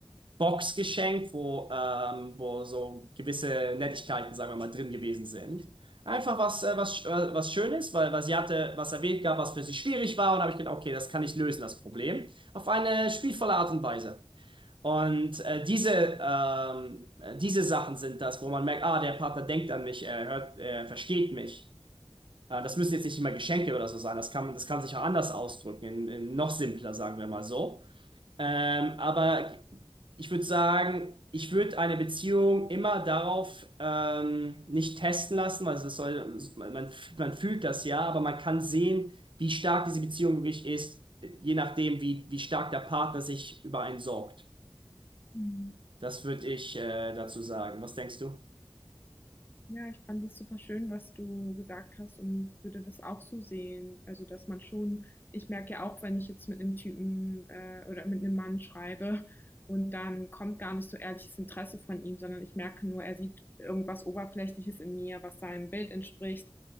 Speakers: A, on the right (about 65°); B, on the left (about 20°).
A: Box geschenkt, wo, ähm, wo so gewisse Nettigkeiten, sagen wir mal, drin gewesen sind. Einfach was, äh, was, äh, was Schönes, weil, weil sie hatte was erwähnt gab, was für sie schwierig war. Und habe ich gedacht, okay, das kann ich lösen, das Problem. Auf eine spielvolle Art und Weise. Und äh, diese, ähm, diese Sachen sind das, wo man merkt, ah, der Partner denkt an mich, er hört, er versteht mich. Äh, das müssen jetzt nicht immer Geschenke oder so sein. Das kann, das kann sich auch anders ausdrücken, in, in noch simpler, sagen wir mal so. Ähm, aber ich würde sagen, ich würde eine Beziehung immer darauf ähm, nicht testen lassen, weil es soll, man, man man fühlt das ja, aber man kann sehen, wie stark diese Beziehung wirklich ist, je nachdem, wie, wie stark der Partner sich über einen sorgt.
B: Mhm.
A: Das würde ich äh, dazu sagen. Was denkst du?
B: Ja, ich fand das super schön, was du gesagt hast und würde das auch so sehen. Also, dass man schon, ich merke ja auch, wenn ich jetzt mit einem Typen äh, oder mit einem Mann schreibe und dann kommt gar nicht so ehrliches Interesse von ihm, sondern ich merke nur, er sieht irgendwas Oberflächliches in mir, was seinem Bild entspricht.